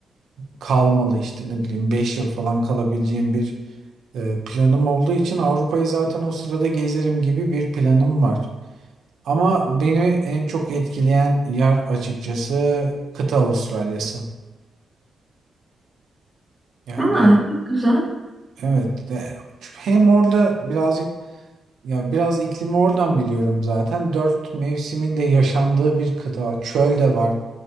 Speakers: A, on the right; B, in the centre.
A: kalmalı işte ne bileyim 5 yıl falan kalabileceğim bir e, planım olduğu için Avrupa'yı zaten o sırada gezerim gibi bir planım var. Ama beni en çok etkileyen yer açıkçası kıta Avustralya'sı. Yani
B: Aa, çok güzel.
A: Evet. de- Hem orada birazcık ya biraz iklimi oradan biliyorum zaten. Dört mevsimin de yaşandığı bir kıta. Çöl de var,